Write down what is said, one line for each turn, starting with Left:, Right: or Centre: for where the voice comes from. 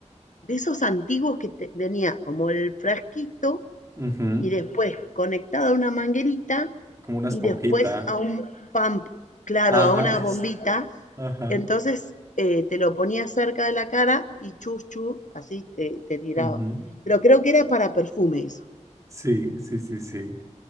Left: de esos antiguos que te- tenía como el frasquito
Right: ujú,
Left: y después conectado a una manguerita
Right: Como una esponjita.
Left: y después a un pump, claro,
Right: Ajá,
Left: a una
Right: <laughs>
Left: bombita.
Right: ajá.
Left: Entonces eh, te lo ponía cerca de la cara y chus, chus, así te, te tiraba.
Right: ujú.
Left: Pero creo que era para perfume eso.
Right: Sí, sí, sí, sí.